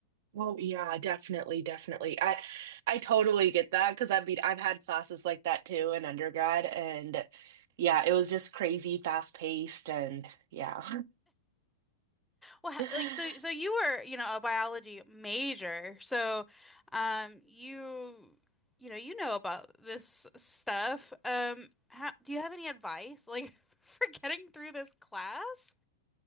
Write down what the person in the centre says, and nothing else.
Well, ha-
like so so you were, you know, a biology major. So um you you know, you know about this stuff. Um how, do you have any advice like <laughs> for getting through this class?